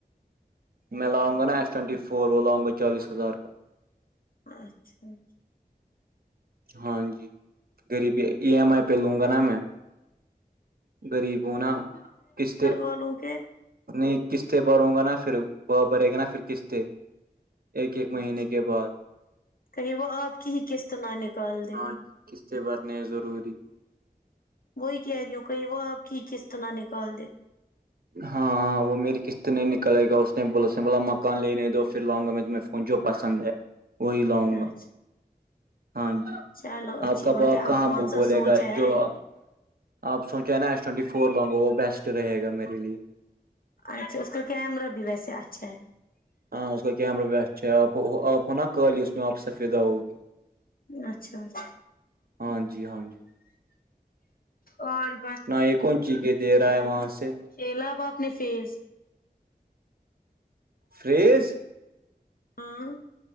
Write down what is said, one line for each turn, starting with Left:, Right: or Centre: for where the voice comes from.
Right: میں لاؤں گا نا ایس ٹوونٹی فور وہ لاؤ گا چالیس ہزار کا
Left: اچھا اچھا
Right: ہاں جی غریبی
Left: اچھا
Right: ای ایم آئی پہ لوں گا نا میں غریب ہوں نا قستے
Left: بولوں کہ
Right: نہیں قسط بھروں گا نا پھر ب بھرے گا نا پھر قسط ایک ایک مہینے
Left: اچھا
Right: کے بعد
Left: کہیں وہ آپ کی ہی قسط نہ نکال دے
Right: ہاں قسطیں بھرنے ضروری
Left: وہی کہہ رہی ہوں کہی وہ آپ کی کس طرح نکال دے
Right: ہاں ہاں وہ میری قسط نہیں نکلے گا اس نے اس نے بولا مکان لینے دو پھر لاں گا میں تمیں جو پسند ہے وہی لاؤں گا
Left: اچھا
Right: ہاں جی
Left: چلو اچھی
Right: آپ کا
Left: بات
Right: باپ
Left: ہے آپ
Right: کہاں
Left: کون
Right: بولے
Left: سا سوچے
Right: گا جو
Left: ہیں
Right: آپ آپ سوچے نا ایس ٹونٹی فور لوگو وہ بیسٹ رہے گا میرے لیے
Left: اچھا اس کا کیمرہ بھی ویسے اچھا ہے
Right: ہاں اس کا کیمرہ بھی اچھا ہے آپ آپ ہوناا کالی اس میں آپ سفیدہ ہوگی
Left: اچھا اچھا
Right: ہاں جی ہاں جی
Left: اور بتا
Right: نہ یہ کون چیزیں دے رہا ہے وہاں سے
Left: چلا با اپنے فیس
Right: فرش
Left: ہاں